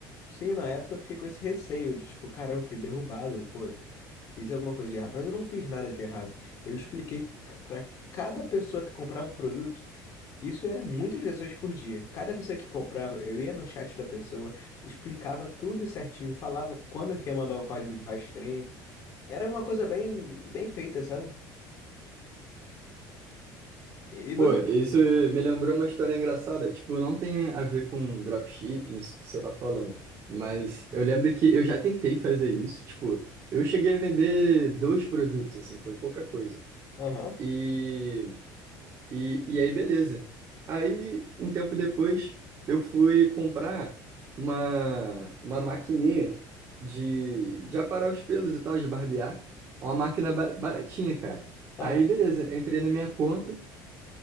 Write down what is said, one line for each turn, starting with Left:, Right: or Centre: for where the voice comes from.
Left: Sim, na época eu fiquei com esse receio de, tipo, caramba, fui derrubado, pô, fiz alguma coisa de errado. Mas eu não fiz nada de errado. Eu expliquei para cada pessoa que comprava o produto, isso era muitas pessoas por dia. Cada pessoa que comprava, eu ia no chat da pessoa, explicava tudo certinho, falava quando que ia mandar o código de rastreio, Era uma coisa bem, bem feita, sabe? E e
Right: Pô,
Left: você?
Right: isso me lembrou uma história engraçada. Tipo, não tem a ver com dropshipping, isso que você tá falando. Mas eu lembro que eu já tentei fazer isso. Tipo, eu cheguei a vender dois produtos, assim, foi pouca coisa.
Left: Aham,
Right: E, e, e aí, beleza. Aí, um tempo depois, eu fui comprar uma, uma maquininha de, de aparar os pelos e tal, de barbear. Uma máquina ba- baratinha, cara.
Left: aham,
Right: Aí, beleza, entrei na minha conta.